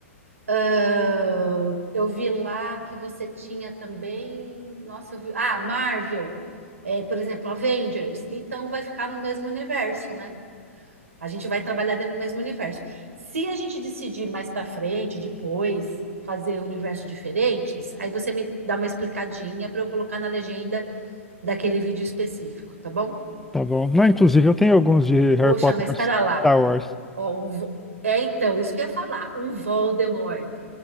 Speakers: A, on the right; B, in the centre.
A: ah, eu vi lá que você tinha também, nossa, eu vi, ah, Marvel, é, por exemplo, Avengers. Então vai ficar no mesmo universo, né? A gente vai trabalhar dentro do mesmo universo. Se a gente decidir mais para frente, depois, fazer universos diferentes, aí você me dá uma explicadinha para eu colocar na legenda daquele vídeo específico, tá bom?
B: Tá bom. Não, inclusive eu tenho alguns de Harry
A: Poxa,
B: Potter
A: mas
B: versus
A: espera lá.
B: Star Wars.
A: Ó, um Vo- É então, isso que eu ia falar, um Voldemort.